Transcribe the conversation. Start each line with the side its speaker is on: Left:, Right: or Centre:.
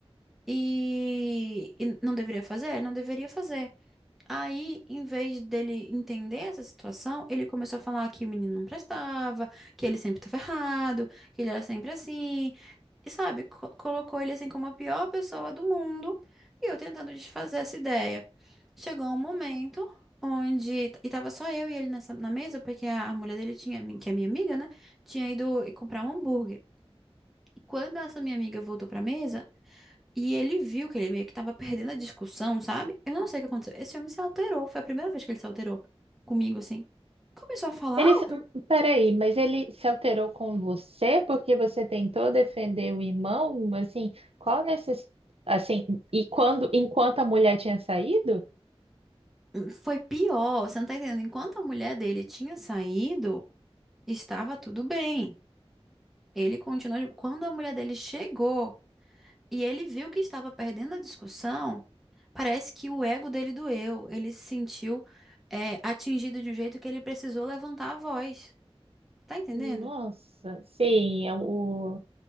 Centre: E, e não deveria fazer? Não deveria fazer. Aí, em vez dele entender essa situação, ele começou a falar que o menino não prestava, que ele sempre estava errado, que ele era sempre assim. E sabe, co- colocou ele assim como a pior pessoa do mundo. E eu tentando desfazer essa ideia. Chegou um momento onde. E tava só eu e ele nessa, na mesa, porque a, a mulher dele tinha, que é minha amiga, né? Tinha ido comprar um hambúrguer. E quando essa minha amiga voltou pra mesa, e ele viu que ele meio que tava perdendo a discussão, sabe? Eu não sei o que aconteceu. Esse homem se alterou. Foi a primeira vez que ele se alterou comigo, assim. Começou a falar
Right: Ele, se-
Centre: alto.
Right: hum, peraí, mas ele se alterou com você porque você tentou defender o irmão? Assim, qual necess... assim, e quando, enquanto a mulher tinha saído?
Centre: Hum, Foi pior. Você não tá entendendo. Enquanto a mulher dele tinha saído, estava tudo bem. Ele continuou. Quando a mulher dele chegou e ele viu que estava perdendo a discussão, parece que o ego dele doeu. Ele se sentiu, é, atingido de um jeito que ele precisou levantar a voz. Tá entendendo?
Right: Nossa, sim, é o,